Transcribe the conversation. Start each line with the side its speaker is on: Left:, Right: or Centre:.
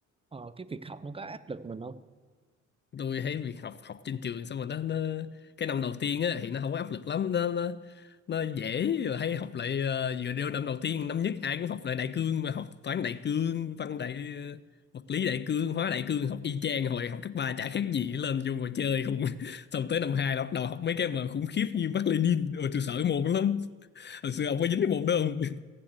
Right: ờ, cái việc học nó có áp lực mình không
Left: tôi thấy việc học học trên trường xong rồi nó nó cái năm đầu tiên á thì nó không có áp lực lắm nó nó nó dễ rồi hay học lại ờ, vừa đeo năm đầu tiên năm nhất ai cũng học lại đại cương mà học toán đại cương văn đại ờ, vật lý đại cương hóa đại cương học y chang hồi học cấp ba chả khác gì lên vô ngồi chơi không <laughs> xong tới năm hai là bắt đầu học mấy cái mà khủng khiếp như Mác Lênin rồi tôi sợ cái môn đó lắm hồi xưa ông có dính cái môn đó không